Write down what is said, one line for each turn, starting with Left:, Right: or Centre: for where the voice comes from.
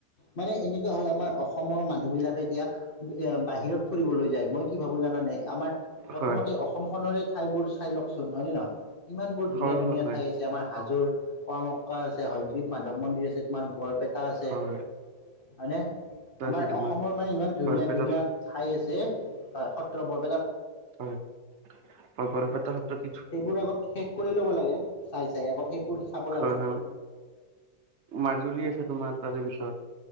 Left: মানে এনেকুৱা হয় আমাৰ অস অসমৰ মানুহ বিলাকে এতিয়া এ বাহিৰত ফুৰিবলৈ যায় মইতো কি ভাবো জানানে আমাৰ প্ৰথমতে
Right: হয়
Left: অসম খনেৰে ঠাইবোৰ চাই লওকচোন হয় নে নহয়? ইমান বোৰ ধুনীয়া
Right: হয়
Left: ধুনীয়া
Right: হয় হয়
Left: ঠাই আছে আমাৰ হাজোৰ পোৱামক্কা আছে হয়গ্ৰীৱ মাধৱ মন্দিৰ৷ তোমাৰ বৰপেটা আছে,
Right: হয়
Left: হয়নে? আমাৰ
Right: আছে তোমাৰ
Left: অসমৰ মানে ইমান ধুনীয়া
Right: বৰপেটাত
Left: ধুনীয়া ঠাই আছে, হয়, সত্ৰবোৰ
Right: হয়৷ হয়, বৰপেটা সত্ৰত
Left: সেইবোৰ আগত শেষ কৰি ল'ব লাগে, চাই চাই, আগত সেইবোৰ চাব লাগে৷
Right: হয় হয় মাজুলী আছে তোমাৰ৷ তাৰে পিছত